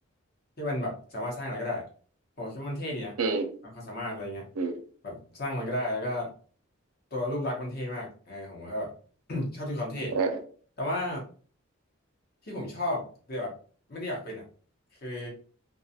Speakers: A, on the left (about 45°); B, on the right (about 80°).
A: ที่มันแบบสามารถสร้างอะไรก็ได้อะผมคิดว่ามันเท่ดีนะ
B: อืม
A: ความสามารถอะไรเงี้ย
B: อืม
A: แบบสร้างอะไรก็ได้แล้วก็ตัวรูปลักษณ์มันเท่มากเออผมก็แบบ <coughs> ชอบที่ความเท่
B: อ่า
A: แต่ว่าที่ผมชอบแต่แบบไม่ได้อยากเป็นอ่ะคือ